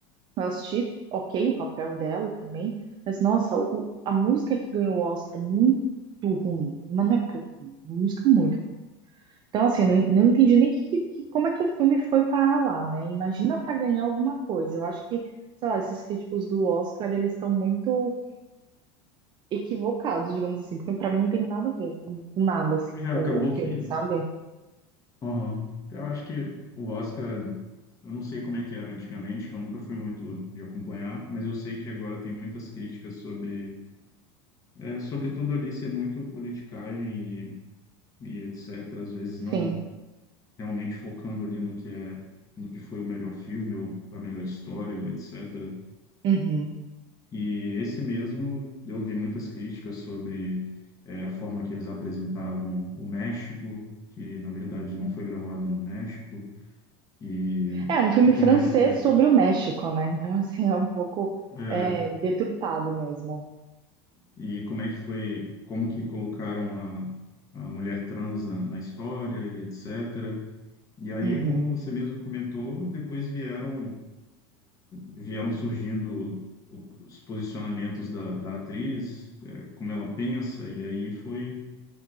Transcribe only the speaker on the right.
Eu assisti, ok, o papel dela também, mas nossa, o- a música que ganhou o Oscar muito ruim, mas não é pouco ruim, música é muito então, assim, não, não entendi nem que- que- como é que o filme foi parar lá, né? Imagina para ganhar alguma coisa. Eu acho que, sei lá, esses críticos do Oscar, eles estão muito equivocados, digamos assim, porque para mim não tem nada a ver com com nada, assim,
o,
o filme,
sabe?
Sim.
Uhum.
É um filme
francês
sobre o México, né? Então, <laughs> assim, é um pouco
é, deturpado mesmo.
Uhum.